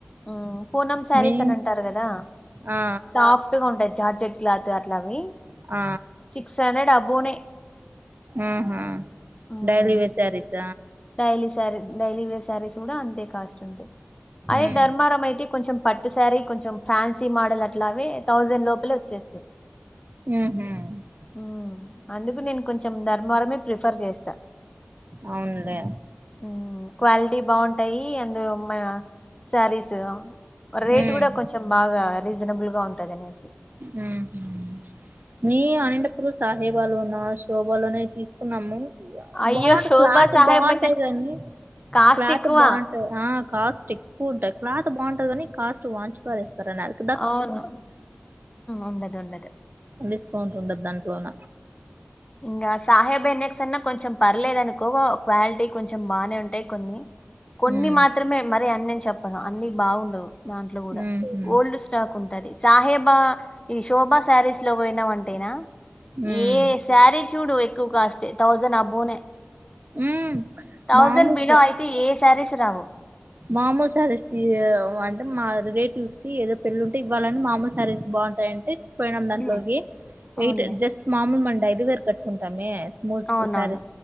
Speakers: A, on the left; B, on the right.
A: హ్మ్ పూనం శారీస్
B: మీ
A: అని అంటారు కదా
B: ఆ
A: సాఫ ఫ్ట్ గా ఉంటాయి జార్జెట్ క్లాత్ అట్లావి
B: ఆ
A: సిక్స్ హండ్రెడ్ అబోనే
B: ఆహా
A: మ్మ్
B: డైలీ wear saris
A: daily sari daily wear saris కూడా అంతే కాస్ట్ ఉంటాయి అదే
B: ఉమ్
A: ధర్మారం అయితే కొంచెం పట్టు సారీ కొంచెం ఫ్యాన్సీ మోడల్ అట్లావి థౌజండ్ లోపలే వచ్చేస్తాయి
B: ఉహ్మ్
A: హ్మ్ అందుకు నేను కొంచెం ధర్మవరమే ప్రిఫర్ చేస్తా
B: అవునులే
A: హ్మ్ క్వాలిటీ బాగుంటాయి అండ్ మా శారీస్ రేట్
B: ఉమ్
A: కూడా కొంచెం బాగా రీజనబుల్గా ఉంటది అనేసి
B: హ్మ్ ఉమ్ మీ అనంతపూర్ సహేబాలోన శోభాలోన తీసుకున్నాము
A: అయ్యో
B: బాగుంట
A: శోభా
B: క్లాత్
A: సహాయబడిన
B: బాగుంటాయి కానీ
A: కాస్ట్
B: క్లాత్
A: ఎక్కువ
B: బాగుంటది ఆ కాస్టే కూంటాయి క్లాత్ బాగుంటుది కాని కాస్ట్ వాంచిపాదేస్తారు అ
A: అవును ఉండదు ఉండదు
B: డిస్కౌంట్ ఉండదు దాంట్లోన
A: ఇంకా సాహెబ్ ఎన్నక్స్ అన్నా కొంచెం పర్లేదు అనుకో క్వాలిటీ కొంచెం బాగానే ఉంటాయి కొన్ని కొన్ని
B: ఉమ్
A: మాత్రమే మరి అన్న అని చెప్పను అన్ని బాగుండవు దాంట్లో కూడా
B: ఉహు
A: ఓల్డ్ స్టాక్ ఉంటది సాహేబా ఈ శోభాశారీస్లో పోయినమంటేనా
B: ఉమ్
A: ఏ శారీ చూడు ఎక్కువ కాస్టే థౌజండ్ అబోనే
B: మ్మ్
A: థౌజండ్
B: మామూస్
A: బిలో అయితే ఏ శారీస్ రావు
B: మామూలు శారీస్ అంటే మా రిలేటివ్స్ కి ఏదో పెళ్ళి ఉంటే ఇవ్వాలని మామూలు శారీస్ బాగుంటుంది అంటే పోయినాం దాంట్లోకి
A: ఉమ్, అవునులే
B: ఎయిట్ జస్ట్ మామూలు మనం డైలీ వేర్ కట్టుకుంటామే మోట్
A: అవునవును
B: సారీ